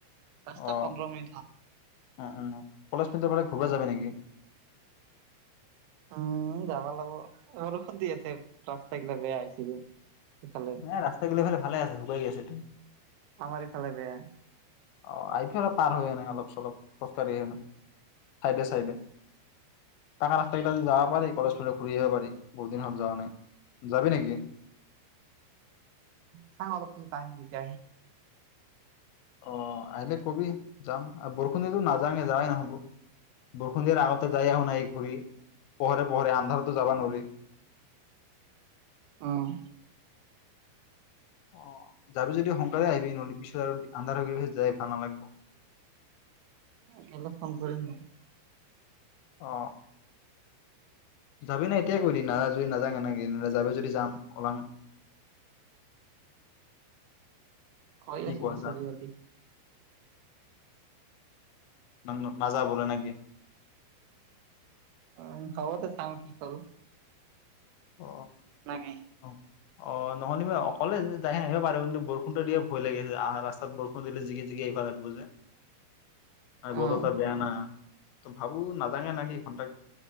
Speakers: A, on the right; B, on the left.
A: পাঁচটা
B: অ
A: পন্ধৰ মিনিট হ।
B: উম উম কলেজ ফিল্ডৰ, ফালে ঘূৰিব যাব নেকি।
A: উম যাবা লাগিব বৰষুণ দি আছে ৰাস্তা গিলা বেয়া হৈ হৈছে যে। ইফালে।
B: নাই ৰাস্তা গিলে <inaudible> ভালে আছে শুকাই আছে ত।
A: আমাৰ ই ফালে বেয়া।
B: অ আইফেল পাৰ হৈ আনে অলপ চলপ খোজকাঢ়ি কেনে চাইডে চাইডে। তাকা ৰাস্তা কিইা যদি যাব পাৰে কলেজ। পোলক ঘূৰি আহিব পাৰি বহুত দিন হ'ল যোৱা নাই যাবি নেকি।
A: চাও অলপ পিছত <inaudible>
B: অ আহিলে কবি যাম আৰু বৰষুণ দো নাযাঙে যোৱাই নহব বৰষুণ দিয়া আগতে যাই আহো নাই ঘূৰি। পহৰে পহৰে আন্ধাৰতো যাবা নোৱাৰি।
A: অহ
B: অ যাবি যদি সোনকালে আহিবি নহ'লে পিছত আৰু আন্ধাৰ হৈ গ প যাই ভাল নালাগিব।
A: গলে ফোন কৰিম মই।
B: অ যাবি ন এতিয়া ক না যদি নাযাওঁ এনেকে ন যাবি যদি যাম ওলাং।
A: কই
B: কি
A: আছো
B: কোৱা
A: বিউছ
B: যা
A: চলি যালি।
B: ন নাযাবোলে নেকি?
A: উ হব ত চাম কি কৰো।
B: অ
A: নেকি।
B: অ অ নহ'লে মই অকলে যাই আহিব পাৰো কিন্তু বৰষুণতটো দিয়ে ভয় লাগিছে, আহ ৰাস্তাত বৰষুণ দিলে জিগি জিগি আহিব লাগিব যে। আৰু বত
A: অ',
B: ত বায় না। তো ভাবো নাজাঙে নকি ঘন্টা